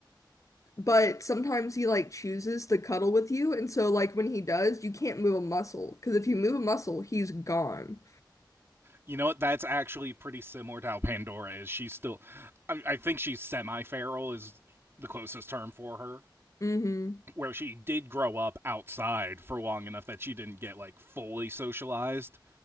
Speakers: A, on the left (about 40°); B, on the right (about 30°).
A: but sometimes he like chooses to cuddle with you, and so like when he does, you can't move a muscle because if you move a muscle, he's gone.
B: You know what? That's actually pretty similar to how Pandora is. She's still, I, I think she's semi feral, is the closest term for her,
A: Mm-hmm.
B: where she did grow up outside for long enough that she didn't get like fully socialized.